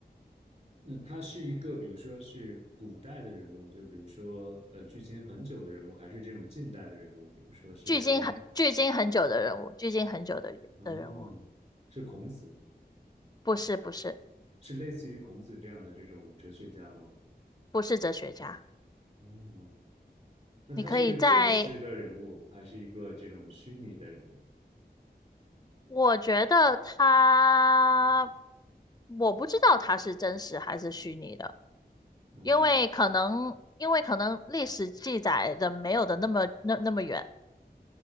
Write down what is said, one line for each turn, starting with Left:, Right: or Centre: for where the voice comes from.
Right: 那他是一个，比如说是古代的人物，就比如说呃，距今很久的人物，还是这种近代的人物，比如说是明，
Left: 距今很距今很久的人物，距今很久的人的人物，
Right: 哦，是孔子，
Left: 不是不是
Right: 是类似于孔子这样的这种哲学家吗？
Left: 不是哲学家，
Right: 哦，那他是一个真实的人物，
Left: 你可以在，
Right: 还是一个这种虚拟的人物？
Left: 我觉得他，我不知道他是真实还是虚拟的。
Right: 嗯
Left: 因为可能，因为可能历史记载的没有的那么那那么远，